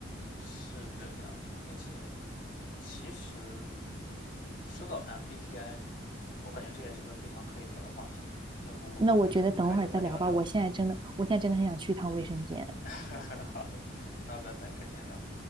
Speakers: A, on the left (about 50°); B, on the right (about 25°).
A: 是这样，并且其实说到 MBTI，我感觉这也是个非常可以聊的话题，要不我们改天再聊聊？
B: 那我觉得等会儿再聊吧，我现在真的，我现在真的很想去一趟卫生间。
A: <laughs> 好的，那拜拜，改天聊。